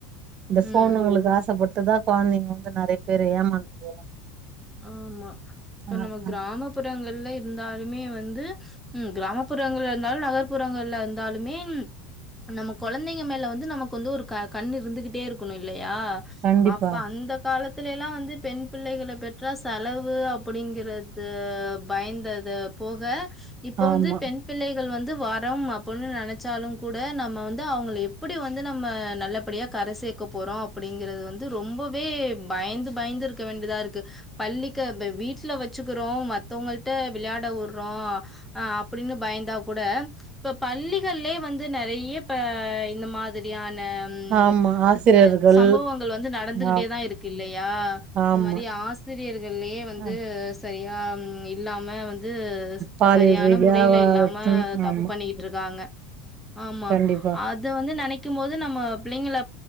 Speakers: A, on the right (about 35°); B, in the centre.
A: இந்த
B: ம்
A: ஃபோன்ங்களுக்கு ஆசைப்பட்டுதா கொழந்தைங்க வந்து நறிய பேர் ஏமாந்து போறாங்க
B: ஆமா இப்ப
A: ஆ
B: நம்ம கிராமப்புறங்கள்ல
A: ஆ,
B: இருந்தாலுமே வந்து ம் கிராமப்புறங்கள்ல இருந்தாலு நகர்ப்புறங்கள்ல இருந்தாலுமே நம்ம கொழந்தைங்க மேல வந்து நமக்கு வந்து ஒரு க கண் இருந்துகிட்டே இருக்கணு இல்லயா
A: கண்டிப்பா
B: அப்ப அந்த காலத்துலைலா வந்து பெண் பிள்ளைகள பெற் றா செலவு அப்டிங்கறது பயந்தது போக இப்ப
A: ஆமா
B: வந்து பெண் பிள்ளைகள் வந்து வரம் அப் பொண்ணு நெனச்சாலுங்கூட நம்ம வந்து அவங்கள எப்படி வந்து நம்ம நல்லபடியாக கரை சேர்க்க போறோ அப் அப்டிங்குறது வந்து ரொம்பவே பயந்து பயந்து இருக்க வேண்டிதா இருக்கு பள்ளிக்கு ப வீட்ல வச்சுக்கிறோ மத்தவங்கள்ட்ட விளயாட உடுறோ ஆ அப்டின்னு பயந்தா கூட இப்ப பள்ளிகள்லயே வந்து நறைய இப்ப இந்த மாதிரியான ம்
A: ஆமா ஆசிரியர்கள்
B: சம்பவங்கள் வந்து நடந்துகிட்டே
A: ஆ
B: தா இருக்கு இல்லையா
A: ஆமா
B: இந்த மாரி ஆ சிரியர்கள்லேயே வந்து
A: ஆ,
B: செரியா இல்லாம வந் து
A: பாலியல்
B: சரியான
A: ரீதியா
B: முறையில
A: வளர்த்தும்.
B: இல்லாம தப்பு
A: ஆமா
B: பண்ணிட் ருக்காங்க ஆமா
A: கண்டிப்பா
B: அத் த வந்து நெனைக்கும் போது நம்ம பிள்ளைங்கள